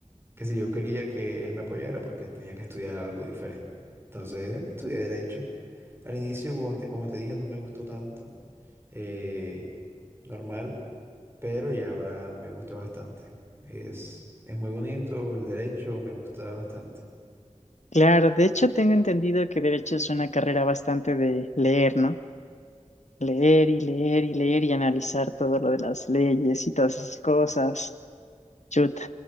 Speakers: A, on the right; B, on the left.
A: que si yo quería que él me apoyara, pues que tenía que estudiar algo diferente. Entonces, estudié derecho. Al inicio, como te, como te dije, no me gustó tanto eh, normal, pero ya ahora me gusta bastante. Es, es muy bonito el derecho, me gusta bastante.
B: Claro, de hecho tengo entendido que derecho es una carrera bastante de leer, ¿no? Leer y leer y leer y analizar todo lo de las leyes y todas esas cosas. Chuta.